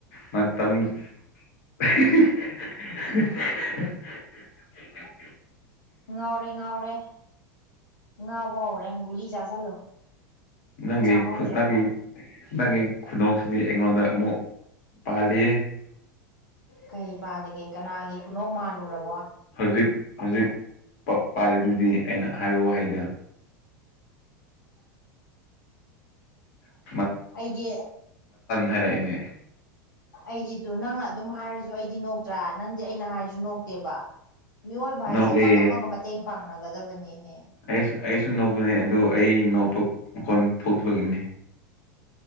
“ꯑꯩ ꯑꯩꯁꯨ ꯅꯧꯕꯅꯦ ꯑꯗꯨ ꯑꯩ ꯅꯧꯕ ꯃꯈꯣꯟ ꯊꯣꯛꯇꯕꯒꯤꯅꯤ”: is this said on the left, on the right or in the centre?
Left